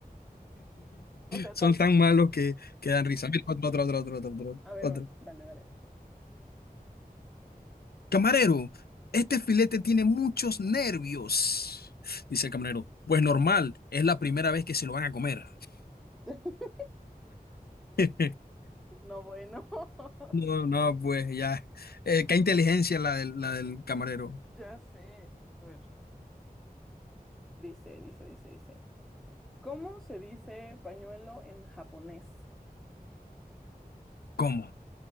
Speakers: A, in the centre; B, on the left.
A: O sea,
B: Son
A: tan,
B: tan malos que, que dan risa. Mira, Otro, otro, otro, otro, otro, otro,
A: A ver,
B: otro.
A: dale, dale.
B: Camarero, este filete tiene muchos nervios. Dice el camarero. Pues normal, es la primera vez que se lo van a comer.
A: <laughs>
B: <laughs>
A: No, bueno, <laughs>
B: No, no, pues ya. Eh, qué inteligencia la del, la del camarero.
A: ya sé. A ver, Dice, dice, dice, dice. ¿Cómo se dice pañuelo en japonés?
B: ¿Cómo?